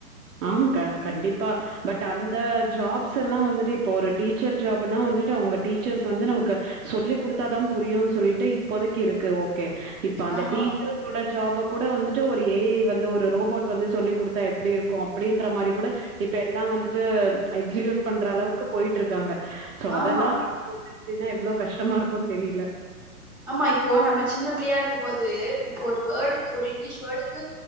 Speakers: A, on the right; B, on the right.
A: ஆ க கண்டிப்பா பட் அந்த ஜாப்ஸ் எல்லா வந்துட்டு இப்போ ஒரு டீச்சர் ஜாப்னா வந்துட்டு அவங்க டீச்சர்ஸ் வந்து நமக்கு சொல்லி் குடுத்தாதா புரியு சொல்லிட்டு இப்போதைக்கு இருக்கு ஓகே இப்ப அந்த
B: ஆமா
A: டீச்சர்ஸோட ஜாப கூட வந்துட்டு ஒரு ஏ ஐ வந்து ஒரு ரோபோட் வந்து சொல்லி் குடுத்தா எப்டி இருக் கு அப்டின்ற மாரி கூட இப்ப எல்லா வந்துட்டு எக்ஸிகியூட் பண்ற அளவுக்கு போயிட்டுருக்காங்க சோ அதெல்லா
B: ஆமா
A: <unintelligible> எவ்ளோ கஷ்டமா இருக்குன் தெரில
B: ஆமா இப்போ நம்ம சின்ன பிள்ளையா இருக்கம் போது இப்போ ஒரு வேர்டுக்கு ஒரு இங்கிலிஷ் வேடுக்கு